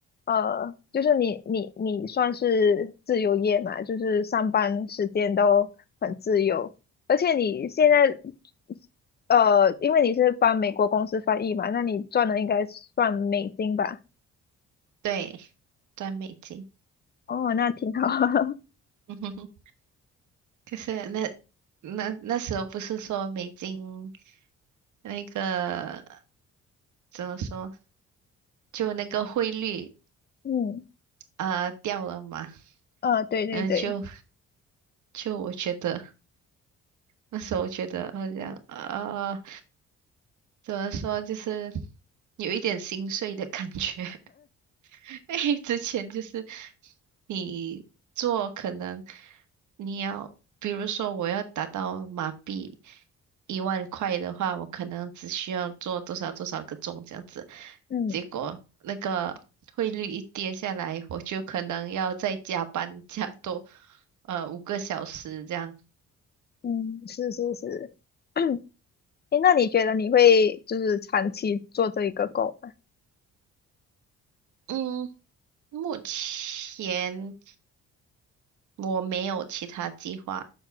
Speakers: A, on the left; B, on the right.
A: 呃，就是你你你算是自由业嘛，就是上班时间都很自由，而且你现在，呃，因为你是帮美国公司翻译嘛，那你赚的应该算美金吧？
B: 对，赚美金，
A: 哦，那挺好。<laughs>
B: <laughs> 嗯哼哼，可是那那那时候不是说美金那个怎么说，就那个汇率。
A: 嗯，
B: 啊，掉了嘛，
A: 呃，对对对，
B: 嗯，就就我觉得那时候我觉得好像啊，怎么说，就是有一点心碎的感觉。<laughs> 之前就是你做可能你要，比如说我要达到马币一万块的话，我可能只需要做多少多少个钟这样子，
A: 嗯
B: 结果那个汇率一跌下来，我就可能要再加班加多呃五个小时这样。
A: 嗯，是是是。<coughs> <clears throat> 诶，那你觉得你会就是长期做这一个工吗？
B: 嗯，目前我没有其他计划，